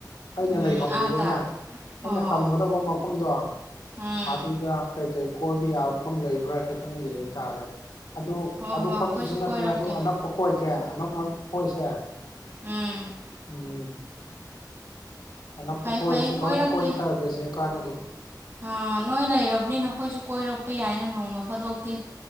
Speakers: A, on the left; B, on the right.
A: ꯑꯩꯅ
B: ꯎꯝ
A: ꯂꯩꯐꯝꯗꯨꯗꯅꯦ
B: ꯑꯥꯗ
A: ꯑꯩꯅ
B: ꯑꯣ
A: ꯇꯝꯒꯗꯧꯕ ꯃꯐꯝꯗꯣ
B: ꯎꯝ
A: ꯑꯗꯨꯗ ꯀꯩꯀꯩ ꯀꯣꯏꯕ ꯌꯥꯕ ꯃꯐꯝ ꯂꯩꯕ꯭ꯔꯥ ꯍꯥꯏꯐꯦꯠꯇꯪ ꯌꯦꯡ ꯇꯥꯔꯦ ꯑꯗꯨ
B: ꯍꯣꯏ
A: ꯑꯗꯨ
B: ꯍꯣꯏ
A: ꯈꯛꯇꯨꯁꯨ
B: ꯑꯩꯈꯣꯏꯁꯨ
A: ꯅꯠꯇꯦ
B: ꯀꯣꯏꯔꯛꯀꯦ
A: ꯑꯗꯨ ꯑꯅꯛꯄ ꯈꯣꯏꯒꯦ ꯑꯅꯛ ꯑ ꯈꯣꯏꯁꯦ
B: ꯎꯝ
A: ꯎꯝ ꯑꯅꯛꯄ
B: ꯐꯩ
A: ꯀꯣꯏꯔꯁꯨ
B: ꯐꯩ ꯀꯣꯏꯔꯛꯀꯦ
A: ꯂꯣꯏ ꯀꯣꯏꯊꯒꯦꯁꯦ ꯀꯥꯟꯅꯗꯦ
B: ꯑꯥ ꯅꯣꯏ ꯂꯩꯔꯕꯅꯤꯅ ꯈꯣꯏꯁꯨ ꯀꯣꯏꯔꯛꯄ ꯌꯥꯏꯅ ꯅꯣꯡꯃ ꯐꯥꯗꯣꯛꯇꯤ